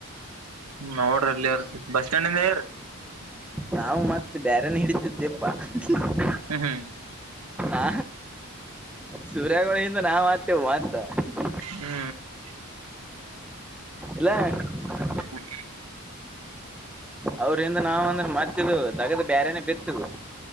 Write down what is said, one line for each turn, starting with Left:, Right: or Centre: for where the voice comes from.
Right: ನೋಡ್ರಿ ಅಲ್ಲಿ ಯರ ಬಸ್ ಸ್ಟ್ಯಾಂಡಗ ನಿಯರ್ <unintelligible>
Centre: ನಾವು ಮತ್ತ ಬೇರೆನ ಹಿಡಿತಿದ್ದೆಪ್ಪಾ? <unintelligible>
Right: ಹು ಹು <unintelligible>
Centre: ಆ ಸೂರ್ಯಾಗೋಳ ಹಿಂದ ನಾ ಹತ್ತಿವು ಮತ್ತ <unintelligible>
Right: ಹೂ <unintelligible>
Centre: ಇಲ್ಲ? <unintelligible>
Right: ಓಕೆ. <unintelligible>
Centre: ಅವ್ರಿಂದ ನಾವ ಅಂದ್ರ ಮತ್ತ ಇದು ದಗದ ಬ್ಯಾರೆನೆ ಬಿತ್ತಿ ಇದು <unintelligible>